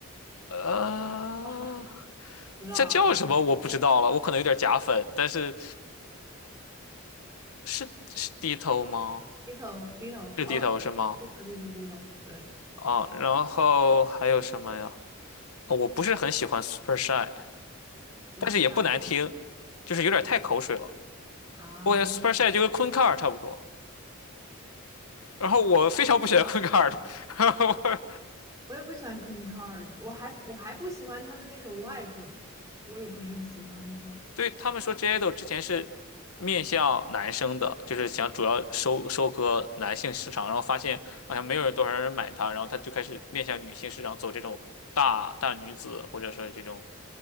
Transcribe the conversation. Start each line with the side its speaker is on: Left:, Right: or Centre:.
Left: 呃，
Right: <laughs> 不知道，
Left: 这叫什么我不知道了，我可能有点假粉，但是是是低头吗？
Right: 低头低头哦，
Left: 是低头是吗？
Right: 低头低头低头，对
Left: 啊，然后还有什么呀？哦我不是很喜欢 Super Shy，
Right: ，Super
Left: 但是也不难听，
Right: Shy
Left: 就是有点太口水了。
Right: 啊，
Left: 我感觉
Right: 有点
Left: Super Shy 就跟昆卡尔差不多，然后我非常不喜欢昆卡尔，
Right: 是的，
Left: <laughs> 然后我
Right: 我也不喜欢 Queen Card，我还我还不喜欢他们那首 Wife，我也不是很喜欢那个。
Left: 对他们说 J i d o L 之前是面向男生的，就是想主要收收割男性市场，然后发现好像没有人多少人买它，然后他就开始面向女性市场走这种大大女子，或者说是这种